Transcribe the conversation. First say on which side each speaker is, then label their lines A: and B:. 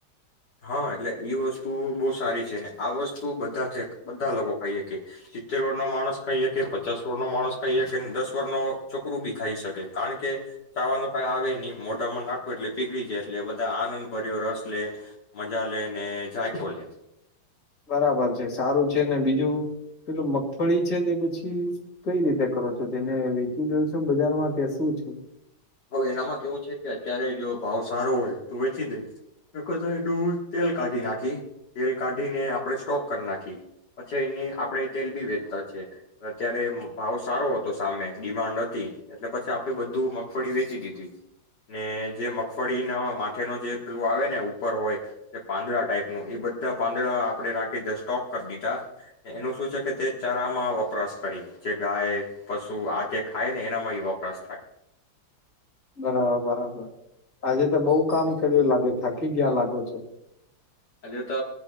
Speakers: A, on the left (about 65°); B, on the left (about 40°).
A: હા એટલે ઈ વસ્તુ બહુ સારી છે આ વસ્તુ બધા છે બધા લોકો આઈએ કે ચિત્તેર વર્ડ નો માણસ ખાઈએ કે પચાસ વર્ષનો માણસ ખાઈએ કે દસ વર્ષનો છોકરું બી ખાઈ શકે કારણ કે ચાવાનું કઈ આવે નહી મોઢામાં ના એટલે પીગળી જાય એટલે બધા આનંદ ભર્યો રસ લે. મજા લે ને જાયકો લે.
B: બરાબર છે સારું. છે ને બીજું પેલે મગફળી છે તે પછી કઈ રીતે કરો છો તેને વેચી દઉ છો બજારમાં કે શું છે?
A: હવે એનામાં કેવું છે કે અત્યારે જો ભાવ સારો હોય તો વેચી દઈશ એનું તેલ કાઢી નાખી. તેલ કાઢીને આપણે સ્ટોક કરી નાખી પછી એની આપણે તેલ બી વેચતા છે અત્યારે ભાવ સારો હતો સામે ડિમાન્ડ હતી એટલે પછી આપે બધું મ મગફળી વેચી દીધી ને જે મગફળીના માથે ન જે પેલું આવે ને ઉપર હોય પાંદડા ટાઈપનું એ બધા પાંદડા આપણે રાખી સ્ટોક કરી દીધા, એનું શું છે કે તે ચારામાં વપરાશ કરી જે ગાય પશુ આ જે ખાય ને એનામાં એ વપરાશ થાય
B: બરાબર, બરાબર આજે તો બઉ કામ કર્યું લાગે, થાકી ગીયા લાગો છો.
A: આજે તો